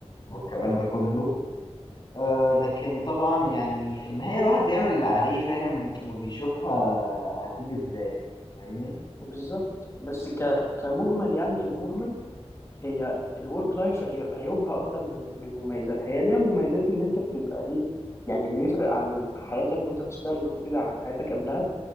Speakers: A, on the left; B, on the left.
A: والكلام ده كله آه لكن طبعا يعني في النهاية الواحد بيعمل اللي عليه فاهم وبيشوفها هتيجي ازاي فاهمني
B: بالظبط بس ك... كمجمل يعني في المجمل هي الورك لايف عيوبها اكتر من من مميزاتها هي ليها مميزات ان انت بتبقى ايه يعني اللي يفرق عن حياتك وانت بتشتغل وكده عن حياتك قبلها